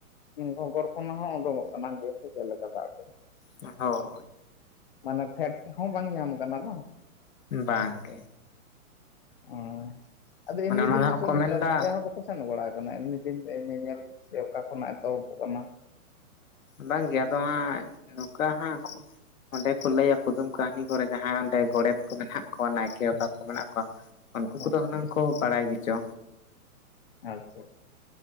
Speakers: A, on the left; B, on the left.
A: ᱜᱚᱜᱚᱨ ᱠᱷᱚᱱᱟᱜ ᱦᱚᱸ ᱳᱰᱳᱝᱚᱜ ᱠᱟᱱᱟ ᱜᱮᱥᱮ ᱪᱮᱫ ᱞᱮᱠᱟ ᱫᱟᱜ ᱫᱚ?
B: ᱱᱟᱦᱳᱭ,
A: ᱢᱟᱱᱮ ᱯᱷᱮᱰ ᱦᱚᱸ ᱵᱟᱝ ᱧᱟᱢ ᱠᱟᱱᱟ ᱵᱟᱝ?
B: ᱵᱟᱝ ᱜᱮ᱾
A: ᱚᱸ ᱟᱫᱚ
B: ᱢᱟᱱᱮ
A: ᱮᱢᱱᱤ
B: ᱚᱱᱟ
A: ᱫᱤᱱ
B: ᱫᱚ ᱦᱟᱸᱜ
A: ᱦᱚᱭᱛᱳ
B: ᱠᱚ
A: ᱱᱚᱝᱠᱟ
B: ᱢᱮᱱᱫᱟ
A: ᱯᱟᱸᱡᱟ ᱦᱚᱸ ᱵᱟᱠ ᱠᱚ ᱥᱮᱱ ᱵᱟᱲᱟ ᱟᱠᱟᱱᱟ ᱮᱢᱱᱤ ᱫᱤᱱ ᱧᱮᱧᱮᱞ ᱡᱮ ᱚᱠᱟ ᱠᱷᱚᱱᱟᱜ ᱮᱛᱚᱦᱚᱵᱚᱜ ᱚᱱᱟ?
B: ᱵᱟᱝᱜᱮ ᱟᱫᱚ ᱦᱟᱸᱜ ᱱᱚᱝᱠᱟ ᱦᱟᱸ, ᱚᱸᱰᱮ ᱠᱚ ᱞᱟᱹᱭᱟ ᱠᱩᱫᱩᱢ ᱠᱟᱹᱦᱱᱤ ᱠᱚᱨᱮ ᱡᱟᱦᱟᱸᱭ ᱚᱸᱰᱮ ᱜᱚᱰᱮᱛ ᱠᱚ ᱢᱮᱱᱟᱜ ᱠᱚᱣᱟ ᱱᱟᱭᱠᱮ ᱵᱟᱵᱟ ᱠᱚ ᱢᱮᱱᱟᱜ ᱠᱚᱣᱟ᱾ ᱩᱱᱠᱩ
A: ᱦᱮᱸ
B: ᱠᱚᱫᱚ ᱦᱩᱱᱟᱹᱝ ᱠᱚ ᱵᱟᱲᱟᱭ ᱜᱮᱪᱚ?
A: ᱟᱪᱪᱷᱟ,